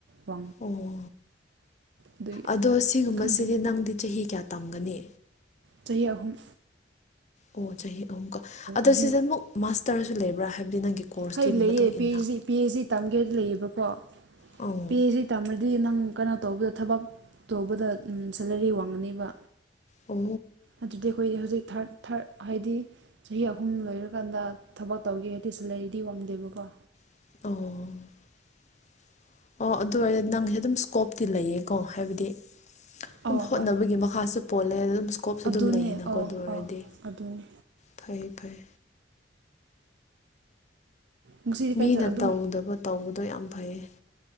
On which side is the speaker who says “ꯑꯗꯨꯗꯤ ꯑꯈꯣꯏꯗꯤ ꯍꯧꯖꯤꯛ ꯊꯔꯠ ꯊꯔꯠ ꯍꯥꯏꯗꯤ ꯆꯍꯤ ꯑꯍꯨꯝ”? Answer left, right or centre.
Right